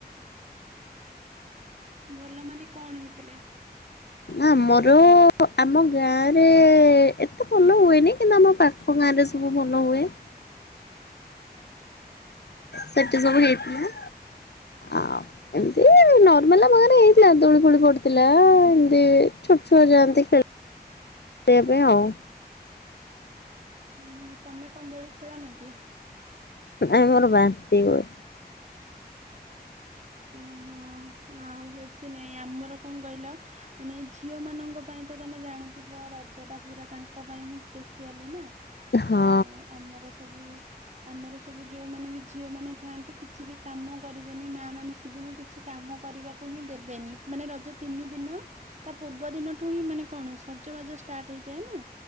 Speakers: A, on the right (about 45°); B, on the left (about 80°).
A: ଭଲମାନେ କଣ ହେଇଥିଲା।
B: ଆମର ଆମଗାଁରେ ଏତେଭଲ ହୁଏନି କିନ୍ତୁ ଆମ ପାଖଗାଁରେ ସବୁ ଭଲ ହୁଏ। ସେଠି ସବୁ ହେଇଥିଲା ଆ ଏମତି ନର୍ମାଲମଖରେ ହେଇଥିଲା ଦୋଳି ଫୋଳି ପଡିଥିଲା ଏମତି ଛୋଟ ଛୁଆ ଯାଆନ୍ତି ଖେ ଖେଳ ପାଇଁ ଆଉ।
A: ହୁଁ ତମେ କନ୍ ଦୋଳି ଖେଳନି କି?
B: ନାଇ ମୋର ବାନ୍ତି ହୁଏ।
A: ଓହୋ ଆଉ ହଉଛି ନାଇଁ ଆମର କଣ କହିଲ ମାନେ ଝିଅ ମାନଙ୍କ ପାଇଁ ତ ତମେ ଜାଣିଥିବ ରଜ ଟା ପୁରା ତାଙ୍କ ପାଇଁ ହିଁ ସ୍ପେସିଆଲି।
B: ହଁ।
A: ଆଉ ଆମର ସବୁ ଆମର ସବୁ ଯୋଉମାନେ ବି ଝିଅ ମାନେ ଥାଆନ୍ତି କିଛି ବି କାମ କରିବେନି ମା ମାନେ ସେଦିନ କିଛି କାମ କରିବାକୁ ହିଁ ଦେବେନି ମାନେ ରଜ ତିନି ଦିନ ତା ପୂର୍ବ ଦିନଠୁ ହିଁ ମାନେ କଣ ସଜବାଜ ଷ୍ଟାର୍ଟ ହେଇଯାଏ ନା